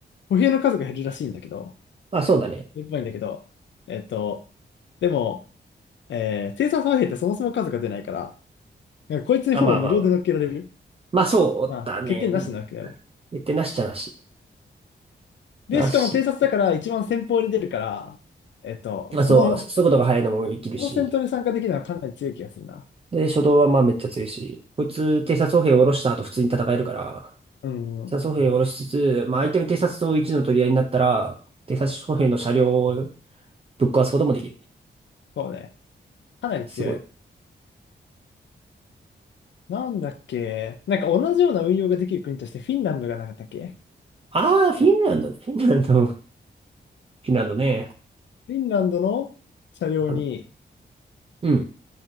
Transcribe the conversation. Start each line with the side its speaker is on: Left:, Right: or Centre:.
Left: 歩兵の数が減るらしいんだけど、
Right: あ、そうだね。
Left: いっぽいんだけど、えっと、でも、えー、生産三平ってそもそも数が出ないから、なんかこいつにほぼ無料で乗っけられる。
Right: あ、まあまあまあ。まあそうだね。
Left: まあ、欠点なしで乗っけられる。
Right: うん。言ってなしちゃなし。
Left: で、
Right: なし。
Left: しかも偵察だから一番先方に出るから、えっと、
Right: まあそう、
Left: その、
Right: 速度が速いのも生きるし。
Left: その戦闘に参加できるのはかなり強い気がするな。
Right: で、初動はまあめっちゃ強いし。こいつ、偵察歩兵を下ろした後普通に戦えるから、
Left: うん、
Right: 偵察歩兵を下ろしつつ、まあ相手の偵察と一の取り合いになったら、偵察歩兵の車両をぶっ壊すこともできる。
Left: そうね。かなり強い。
Right: すごい。
Left: なんだっけ、なんか同じような運用ができる国としてフィンランドがなかったっけ
Right: ああ、フィンランド、フィンランド、フィンランドね。
Left: フィンランドの車両に、
Right: あの、うん。